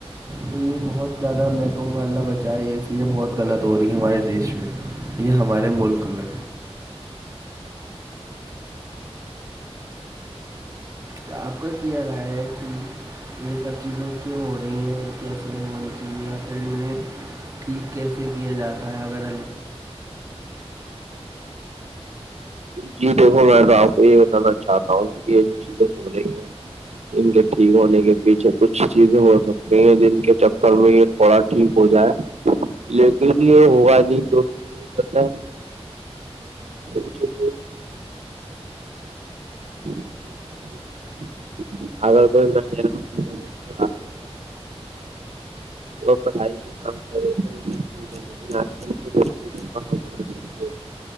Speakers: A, on the right; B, on the right.
A: تو یہ بہت زیادہ میں کہوں گا اللہ بچائے یہ چیزیں بہت غلط ہو رہی ہیں ہمارے دیش میں یہ ہمارے ملک میں تو آپ کا کیا رائے ہے کہ یہ سب چیزیں کی ہو رہی ہیں اور کیسے ہونی چاہیے یا پھر انیں ٹھیک کیسے کیا جاتا ہے اگر
B: جی دیکھو میں تو آپ کو یہ بتانا چاہتا ہوں کہ یہ جو چیزیں ہو رہی ہیں ان کے ٹھیک ہونے کے پیچھے کچھ چیزیں ہو سکتی ہیں جن کے چکر میں یہ تھوڑا ٹھیک ہو جائے لیکن یہ ہوا نہیں کیوںکہ مجھے پت ہے ب <unintelligible> تو آگر کوئی میں <unintelligible> اور پڑھائی کے کام کرے تو وہ ٹھیک ہے <unintelligible> لیکن آج کا بنا سکتے